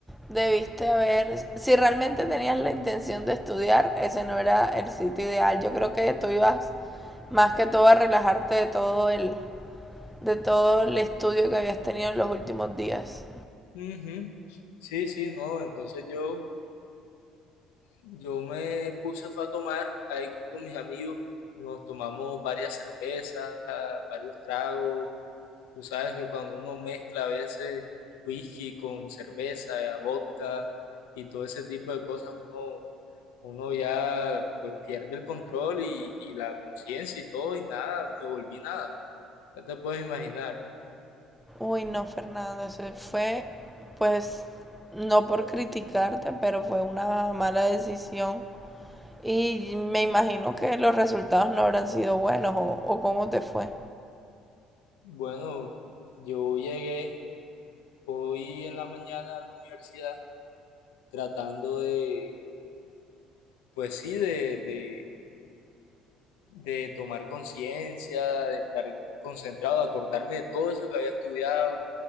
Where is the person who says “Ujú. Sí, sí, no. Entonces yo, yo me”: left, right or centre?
Left